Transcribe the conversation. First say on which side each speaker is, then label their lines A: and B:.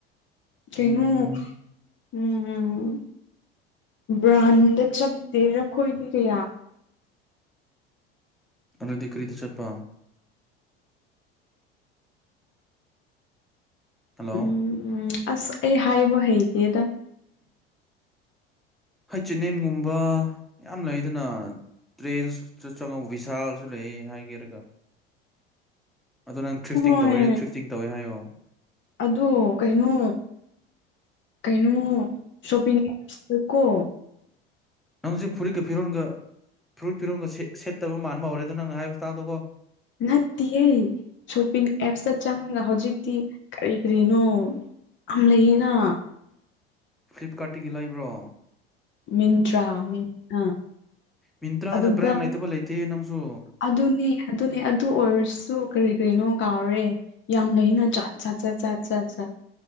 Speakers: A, on the left; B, in the centre.
A: ꯀꯩꯅꫭ
B: ꯎꯝ
A: ꯎꯝ ꯕ꯭ꯔꯥꯟꯗ ꯆꯠꯇꯦꯗ ꯈꯣꯏꯗꯤ ꯀꯌꯥ꯫
B: ꯑꯗꯨꯗꯤ ꯀꯔꯤꯗ ꯆꯠꯄ꯫ ꯍꯜꯂꯣ
A: ꯎꯝ ꯑꯁ ꯑꯩ ꯍꯥꯏꯕ ꯍꯩꯇꯦꯗ꯫
B: ꯍꯩꯆ ꯑꯦꯅꯦꯝꯒꯨꯝꯕ ꯌꯥꯝ ꯂꯩꯗꯅꯥ꯫ ꯇ꯭ꯔꯦꯟ ꯆꯪꯉꯧ ꯕꯤꯚꯤꯁꯥꯜꯁꯨ ꯂꯩ ꯍꯥꯏꯒꯦꯔꯒ꯫ ꯑꯗ ꯅꯪ ꯊ꯭ꯔꯤꯐꯇꯤꯡ
A: ꯍꯣꯏ
B: ꯇꯧꯔꯗꯤ ꯊ꯭ꯔꯤꯐꯇꯤꯡ ꯇꯧꯋꯦ ꯍꯥꯏꯑꯣ꯫
A: ꯑꯗꯣ ꯀꯩꯅꯣ ꯀꯩꯅꯣ ꯁꯣꯄꯤꯡ ꯀꯣ
B: ꯅꯪꯖꯦ ꯐꯨꯔꯤꯠꯀ ꯐꯤꯔꯣꯟꯒ ꯐꯨꯔꯤꯠ ꯐꯤꯔꯣꯟꯒ ꯁꯦ ꯁꯦꯠꯇꯕ ꯃꯥꯟꯕ ꯍꯧꯔꯦꯗ ꯅꯪꯅ ꯍꯥꯏꯕ ꯏꯁꯇꯥꯏꯜꯗꯒꯣ꯫
A: ꯅꯠꯇꯤꯌꯦ ꯁꯣꯞꯄꯤꯡ ꯑꯦꯞꯁꯇ ꯆꯪꯉꯒ ꯍꯧꯖꯤꯛꯇꯤ ꯀꯔꯤ ꯀꯔꯤꯅꯣ ꯌꯥꯝ ꯂꯩꯌꯦꯅꯥ
B: ꯐ꯭ꯂꯤꯞꯀꯥꯔꯠꯇꯒꯤ ꯂꯩꯕ꯭ꯔꯣ?
A: ꯃꯤꯟꯇ꯭ꯔꯥ ꯃꯤꯥꯟ ꯑ
B: ꯃꯤꯟꯇ꯭ꯔꯥꯗ
A: ꯑꯗꯨꯗ
B: ꯕ꯭ꯔꯥꯟ ꯂꯩꯇꯕ ꯂꯩꯇꯦ ꯅꯪꯁꯨ
A: ꯑꯗꯨꯅꯦ ꯑꯗꯨꯅꯦ ꯑꯗꯨ ꯑꯣꯏꯔꯁꯨ ꯀ꯭ꯔꯤ ꯀ꯭ꯔꯤꯅꯣ ꯀꯥꯎꯔꯦ꯫ ꯌꯥꯝ ꯂꯩꯌꯦꯅ ꯖꯥꯠ ꯖꯥꯠ ꯖꯥꯠ ꯖꯥꯠ ꯖꯥꯠ